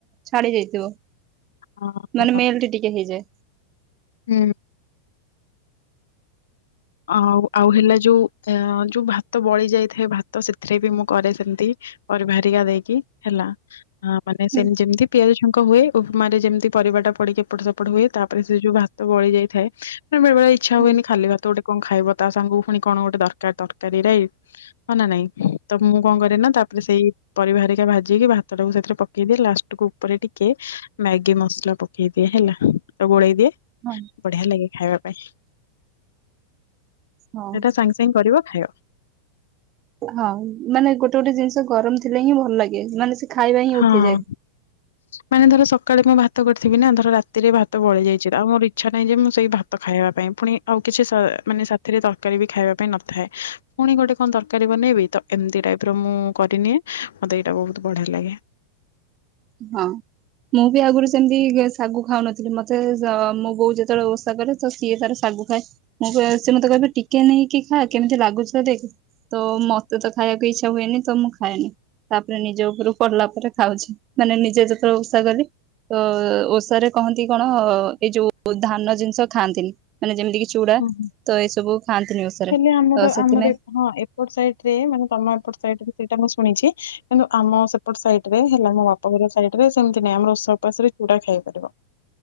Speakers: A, on the right; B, on the left.
A: ଛାଡି ଯାଇଥିବ।
B: ହଁ।
A: ମାନେ
B: ହଁ
A: ମେଲ୍ଟ ଟିକେ ହେଇଯାଏ।
B: ହୁଁ। ଆଉ, ଆଉ ହେଲା ଯୋଉ ଏଁ ଯୋଉ ଭାତ ବଳି ଯାଇଥାଏ ଭାତ ସେଥିରେ ବି ମୁଁ କରେ ସେମତି। ପରିବା ହେରିକା ଦେଇକି ହେଲା, ମାନେ
A: ହୁଁ
B: ସେମତି ଯେମତି ପିଆଜ ଛୁଙ୍କ ହୁଏ ଉପମାରେ ଯେମତି ପରିବାଟା ପଡିକି ଏପଟ ସେପଟ ହୁଏ, ତାପରେ ସେ ଯୋଉ ଭାତ ବଳି ଯାଇଥାଏ ନାଇଁ ବେଳେ ବେଳେ ଇଚ୍ଛା
A: ହଁ
B: ହୁଏନି ଖାଲି ଭାତ ଗୋଟେ କଣ ଖାଇବ ତା ସାଙ୍ଗକୁ ପୁଣି କଣ ଗୋଟେ ଦରକାର ତରକାରୀ ରାଇ। ହଁ ନା ନାଇଁ? ତ ମୁଁ କଣ କରେ ନା, ତାପରେ ସେଇ ପରିବା ହେରିକା ଭାଜିକି, ଭାତଟାକୁ ସେଥିରେ ପକେଇଦିଏ, ଲାଷ୍ଟକୁୁ ଉପରେ ଟିକେ ମ୍ୟାଗି ମସଲା ପକେଇଦିଏ ହେଲା, ତ ଗୋଳେଇ ଦିଏ
A: ହଁ।
B: ବଢିଆ ଲାଗେ ଖାଇବା ପାଇଁ।
A: ହଁ।
B: ସେଇଟା ସାଙ୍ଗ ସାଙ୍ଗ କରିବ, ଖାଇବ।
A: ହଁ ମାନେ ଗୋଟେ ଗୋଟେ ଜିନିଷ ଗରମ ଥିଲେ ହିଁ ଭଲ ଲାଗେ, ମାନେ ସେ ଖାଇବା ହିଁ
B: ହଁ
A: ଉଠିଯାଏ।
B: ମାନେ ଧର ସକାଳେ ମୁଁ ଭାତ କରିଥିବି ନା, ଧର ରାତିରେ ଭାତ ବଳି ଯାଇଛି, ତ ଆଉ ମୋ ଇଚ୍ଛା ନାହିଁ ଯେ ମୁଁ ସେଇ ଭାତ୍ ତ ଖାଇବା ପାଇଁ। ପୁଣି ଆଉ କିଛି ସ ମାନେ ସାଥିରେ ତରକାରୀ ବି ଖାଇବା ପାଇଁ ନଥାଏ ପୁଣି ଗୋଟେ କଣ ତରକାରୀ ବନେଇବି, ତ ଏମତି ଟାଇପର ମୁଁ କରିନିଏ, ମତେ ଏଇଟା ବହୁତ ବଢିଆ ଲାଗେ।
A: ହଁ। ମୁଁ ବି ଆଗୁରୁ ସେମତି ଗେ ଶାଗୁ ଖାଉନଥିଲି, ମତେ ଜ ମୋ ବୋଉ ଯେତେବେଳେ ଓଷା କରେ ତ ସିଏ ତାର ଶାଗୁ ଖାଏ। ମୁଁ କହିବି ସିଏ ମତେ କହିବେ ଟିକେ ନେଇକି ଖାଆ, କେମିତି ଲାଗୁଛି ତ ଦେଖ? ତ ମତେ ତ ଖାଇବାକୁ ଇଚ୍ଛା ହୁଏନି ତ ମୁଁ ଖାଏନି, ତାପରେ ନିଜ ଉପରୁ ପଡିଲା ପରେ ଖାଉଛି। ମାନେ ନିଜେ ଯେତେବେଳେ ଓଷା କଲି ତ ଓଷାରେ କହନ୍ତି କଣ, ଏଇ ଯୋଉ ଧାନ ଜିନିଷ ଖାଆନ୍ତିନି। ମାନେ ଯେମିତି କି ଚୁଡା,
B: ହୁଁ ହୁଁ।
A: ତ ଏଇସବୁ ଖାଆନ୍ତିନି ଓଷାରେ।
B: ହେଲେ
A: ତ
B: ଆମର
A: ସେଥିନାଇଁ
B: ଆମର ଏପ ହଁ ଏପଟ ସାଇଟରେ ମାନେ ତମ ଏପଟ ସାଇଟରେ ସେଇଟା ମୁଁ ଶୁଣିଛି, କିନ୍ତୁ ଆମ ସେପ୍ ଏପଟ ସାଇଟରେ ହେଲା ମୋ ବାପଘର ସାଇଟରେ ସେମତି ନାହିଁ, ଆମର ଓଷା ଉପାସରେ ଚୁଡା ଖାଇବାକୁ ପଡିବ।